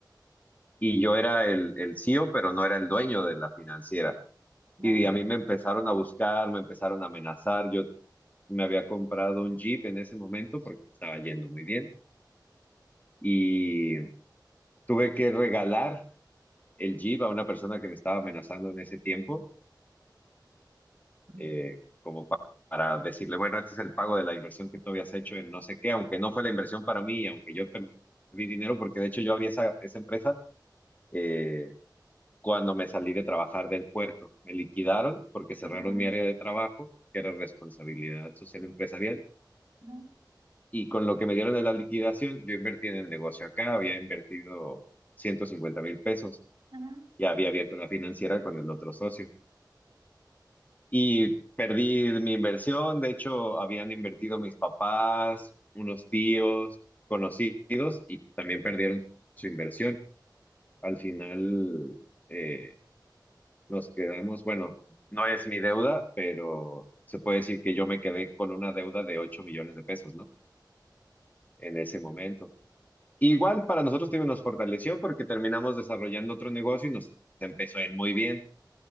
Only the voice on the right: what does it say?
Claro.
Mm.
Ujú,
ujú,
ujú.